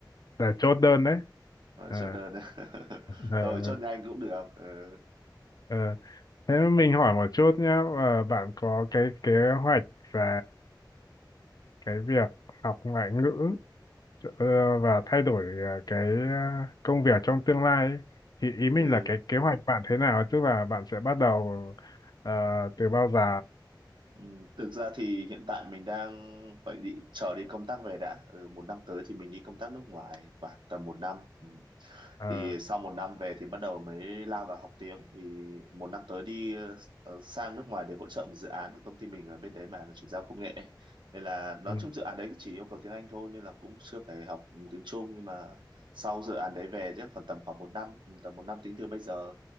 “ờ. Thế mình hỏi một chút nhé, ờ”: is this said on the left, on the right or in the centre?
Left